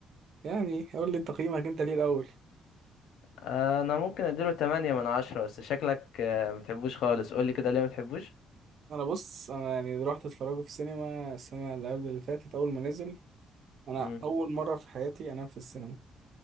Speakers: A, on the right; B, on the left.
A: يعني قول لي انت قيمك انت ليه الاول
B: آه، انا ممكن اديله 8 من 10 بس شكلك آه، ما بتحبوش خالص قول لي كده ليه ما بتحبوش
A: انا بص انا يعني رحت اتفرجه في السينما السنه اللي قبل اللي فاتت اول ما نزل انا
B: امم
A: اول مره في حياتي انام في السينما